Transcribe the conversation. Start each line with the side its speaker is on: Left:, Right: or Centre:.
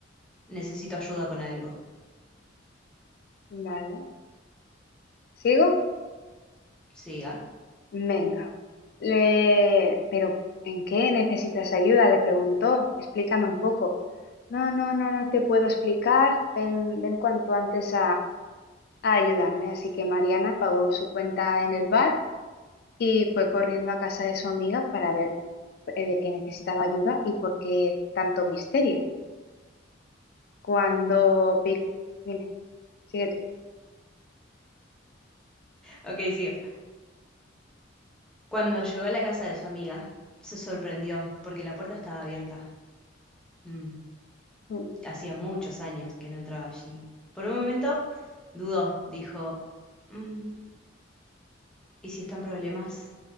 Centre: Necesito ayuda con algo.
Left: vale. ¿Sigo?
Centre: Siga.
Left: Venga. Le... Pero, ¿en qué necesitas ayuda? Le preguntó. Explícame un poco. No, no, no, no te puedo explicar. Ven, ven cuanto antes a ayudarme, así que Mariana pagó su cuenta en el bar y fue corriendo a casa de su amiga para ver eh, de qué necesitaba ayuda y por qué tanto misterio. Cuando Pic, dime, sigue
Centre: Ok, sigo. Cuando llegó a la casa de su amiga, se sorprendió porque la puerta estaba abierta. Mm,
Left: tú,
Centre: Hacía muchos años que no entraba allí. Por un momento dudó, dijo, "Mm, ¿y si están problemas?